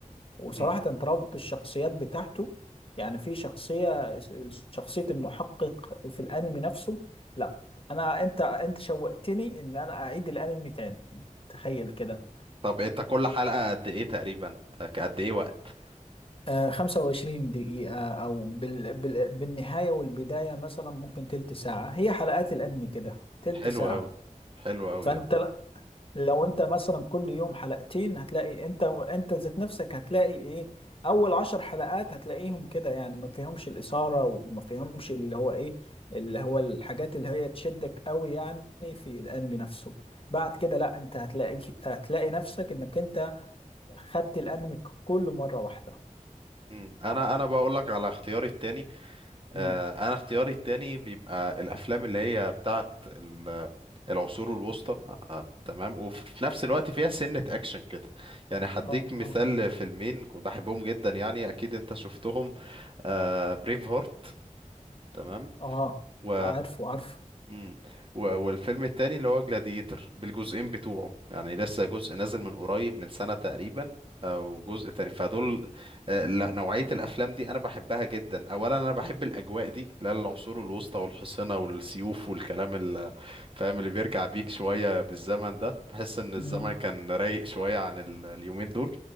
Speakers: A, on the left (about 45°); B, on the right (about 40°).
A: وصراحة
B: مم.
A: ترابط الشخصيات بتاعته يعني في شخصية شخصية المحقق في الأنمي نفسه لا أنا أنت أنت شوقتني إن أنا أعيد الأنمي تاني تخيل كده
B: طب انت كل حلقه قد ايه تقريبا آه، قد ايه وقت
A: آه 25 دقيقة أو بال... بال... بالنهاية والبداية مثلا ممكن تلت ساعة هي حلقات الأنمي كده تلت
B: حلو
A: ساعة
B: قوي حلو قوي
A: فأنت لو انت مثلا كل يوم حلقتين هتلاقي انت انت ذات نفسك هتلاقي ايه اول عشر حلقات هتلاقيهم كده يعني ما فيهمش الاثاره وما فيهمش اللي هو ايه اللي هو الحاجات اللي هي تشدك قوي يعني في الانمي نفسه بعد كده لا انت هتلاقي هتلاقي نفسك انك انت خدت الانمي كله مره واحده
B: مم. انا انا بقول لك على اختياري التاني آه،
A: امم
B: انا اختياري التاني بيبقى الافلام اللي هي بتاعت ال- العصور الوسطى آه، آه، تمام وفي نفس الوقت فيها سنة اكشن كده يعني هديك
A: اه
B: مثال
A: اه
B: لفيلمين كنت بحبهم جدا يعني اكيد انت شفتهم بريف هارت تمام
A: اه
B: و
A: عارفه عارفه
B: امم و- والفيلم التاني اللي هو جلاديتر بالجزئين بتوعه يعني لسه جزء نازل من قريب من سنة تقريبا او جزء تاني فدول آه، لا نوعية الافلام دي انا بحبها جدا اولا انا بحب الاجواء دي لا العصور الوسطى والحصنة والسيوف والكلام ال- فاهم اللي بيرجع بيك شوية بالزمن ده بحس ان الزمن
A: امم
B: كان رايق شوية عن ال- اليومين دول